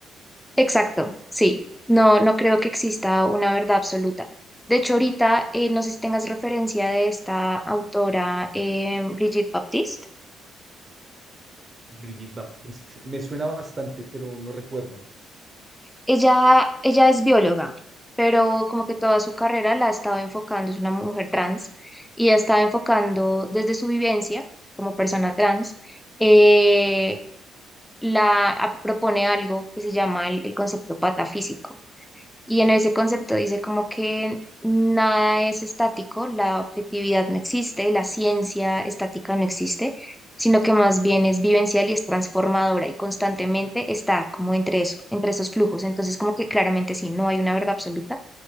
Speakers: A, in the centre; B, on the right.
A: Exacto, sí. No, no creo que exista una verdad absoluta. De hecho, ahorita eh, no sé si tengas referencia de esta autora, eh, Brigitte Baptiste.
B: Brigitte Baptiste, me suena bastante, pero no recuerdo.
A: Ella, ella es bióloga, pero como que toda su carrera la ha estado enfocando, es una mujer trans, y ha estado enfocando desde su vivencia como persona trans, eh, la a- propone algo que se llama el, el concepto patafísico. Y en ese concepto dice como que nada es estático, la objetividad no existe, la ciencia estática no existe, sino que más bien es vivencial y es transformadora y constantemente está como entre eso, entre esos flujos. Entonces como que claramente sí, no hay una verdad absoluta,